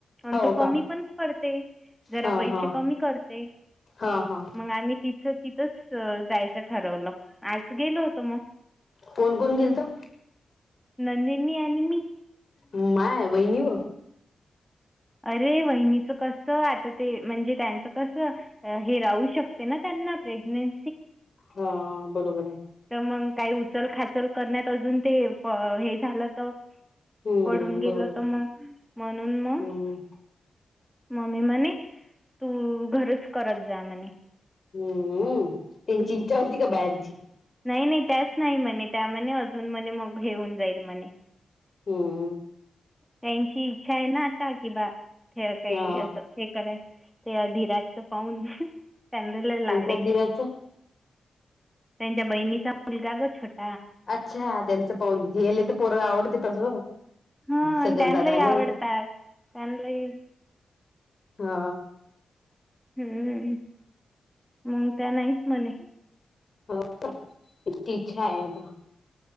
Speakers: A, in the centre; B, on the left.
A: आणि
B: हो
A: तो कमी
B: का
A: पण करते जरा
B: हा
A: पैसे
B: हा
A: कमी करते. मग
B: हा हा
A: आ तिथ तिथ. जायचं ठरवलं आज गेलो होतो मग.
B: कोण कोण गेल त.
A: नंदिनी आणि मी
B: माय वहिनीवर.
A: अरे वहिनीच कस आता ते म्हणजे त्यांचं कसं हे राहू शकते ना त्यां प्रेग्नें
B: हा बरोबर आहे.
A: तर मग काही उचल खाचल करण्यात अजून ते हे झालं. तर
B: हम्म
A: पडून गेलं
B: बरोबर
A: तर मग म्हणून मग
B: आहे हम्म
A: मम्मी म्हणे तू घरच करत जा म्हणे
B: हम्म त्यांची इच्छा होती का बाहेरची
A: नाही नाही त्याच नाही म्हणे त्यामध्ये अजून म्हणे मग घऊन जाईल म्हणे
B: हम्म
A: त्यांची इच्छा आहे ना आता कि बा हे काही
B: हा
A: असं हे करायच ते अधीराातच पाहून चदल लाड
B: कोणत्या
A: येते
B: दिराचं
A: त्यांच्या बहिणीचा मुलगा गछट
B: अच्छा त्यांचं पानले तर पर्व आवडते तस
A: हा
B: सजल
A: त्यांलाही
B: दादाला
A: आवडतात त्यांलाही
B: हा
A: हम्म मग त्या नाहीच म्हणे
B: होची इच्छा आहेता